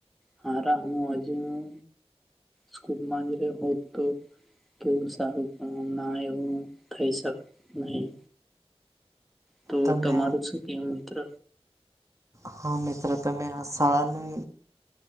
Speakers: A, in the centre; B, on the right (about 30°).
A: હા રમું હજુ હું સ્કૂલ માં જ રયો હોત તો કેવું સારું પણ ના એવું થઈ શક નહી તો
B: તમે
A: તમારું શું કેવું મિત્ર
B: હા મિત્રો તમે આ શાળા નું